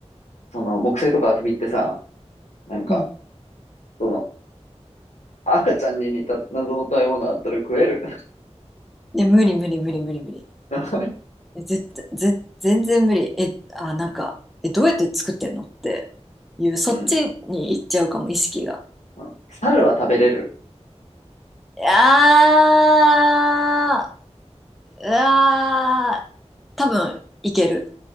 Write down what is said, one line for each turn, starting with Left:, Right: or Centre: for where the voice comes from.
Left: その、木星とか遊びってさ、なんか、
Centre: うん。
Left: その、赤ちゃんに似た謎の食べ物あったら食える。
Centre: で、無理無理無理無理無理。
Left: <laughs> やばい
Centre: え絶対、ぜ、全然無理。え、あ、なんか、え、どうやって作ってんのっていう、そっちに行っちゃうかも、
Left: うん。
Centre: 意識が。
Left: うん猿は食べれる。
Centre: いやー、うわー、多分いける。